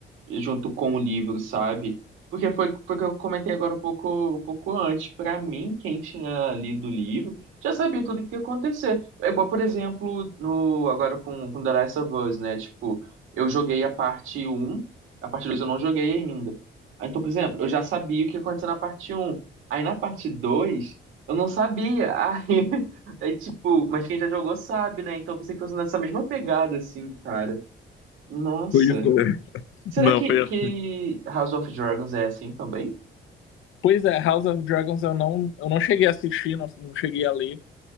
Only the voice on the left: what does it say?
Pois é.
Não,
foi
assim.
Pois é, House of Dragons eu não, eu não cheguei a assistir, não, não cheguei a ler.